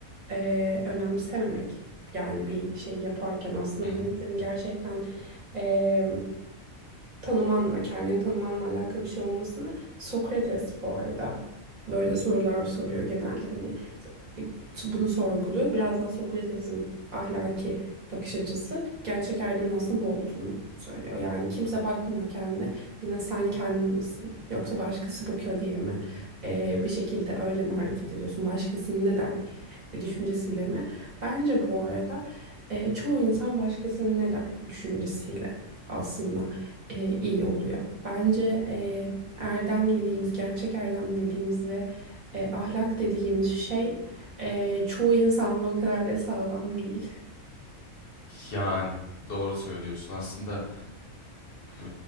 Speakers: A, on the right (about 40°); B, on the left (about 55°).
A: eee önemsememek yani bir şey yaparken aslında
B: Hı hı.
A: bunun senin
B: hı
A: gerçekten
B: hı.
A: em, tanımanla, kendini tanımanla alakalı bir şey olmasını Sokrates bu arada böyle sorular soruyor genelde hani t- bunu sorguluyor. Biraz daha Sokrates'in ahlaki bakış açısı gerçek erdemin aslında bu olduğunu söylüyor. Yani kimse bakmıyor kendine. Yine sen kendin misin? Yoksa başkası bakıyor diye mi? Ee, bir şekilde öyle mi hareket ediyorsun? Başkasının ne der e, düşüncesiyle mi? Bence bu arada e, çoğu insan başkasının ne der düşüncesiyle aslında e, iyi oluyor. Bence e, erdem dediğimiz, gerçek erdem dediğimiz ve e, ahlak dediğimiz şey e, çoğu insanla o kadar da sağlam değil.
B: Yani doğru söylüyorsun. Aslında e,